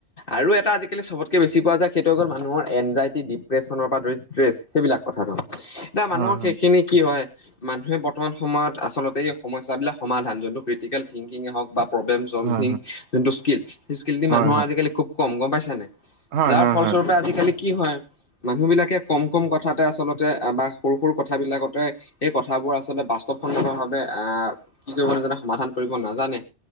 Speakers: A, on the left; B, on the right.
A: আৰু এটা আজিকালি চবতকে বেছি পোৱা যায়। সেইটো হৈ গ'ল মানুহৰ এনজাইটি ডিপ্ৰে্চনৰ পৰা ধৰি ষ্ট্ৰেছ সেইবিলাক কথাটো। এতিয়া মানুহৰ
B: হয় হয়
A: সেইখিনি কি হয় মানুহে বৰ্তমান সময়ত আচলতে সমস্যাবিলাক সমাধান যোনটো ক্ৰিটিকেল থিংকিঙে হওঁক বা প্ৰব্লেম চলভিং
B: হয়
A: যোনটো স্কিল সেই স্কিলটো
B: হয়
A: মানুহৰ আজিকালি খুব কম গ'ম পাইছা নাই?
B: হয়,
A: যাৰ
B: হয়,
A: ফলস্বৰূপে
B: হয়।
A: আজিকালি কি হয়, মানুহ বিলাকে কম কম কথাতে আচলতে বা সৰু সৰু কথাবিলাকতে সেই কথাবোৰ আচলতে বাস্তৱসনমত ভাৱে আহ কি কৰিব নাজানে সমাধান কৰিব নাজানে।